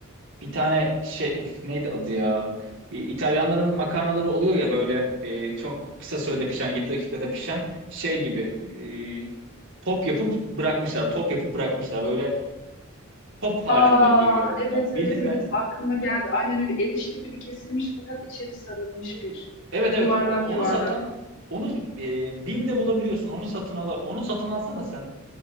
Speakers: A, on the right (about 65°); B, on the left (about 60°).
A: Bir tane şey neydi adı ya? İ- İtalyanların makarnaları oluyor ya böyle e, çok kısa sürede pişen 7 dakikada pişen şey gibi e, top yapıp bırakmışlar. Top yapıp bırakmışlar. Böyle top halinde
B: Aa
A: duruyor bunlar.
B: evet evet
A: Bildin
B: evet
A: mi?
B: aklıma geldi. Aynen öyle erişte gibi kesilmiş fakat içeri sarılmış
A: E,
B: bir
A: Evet evet
B: yuvarlak
A: O- onu
B: yuvarlak.
A: satan onu e, BİM'de bulabiliyorsun. Onu satın al. Onu satın alsana sen.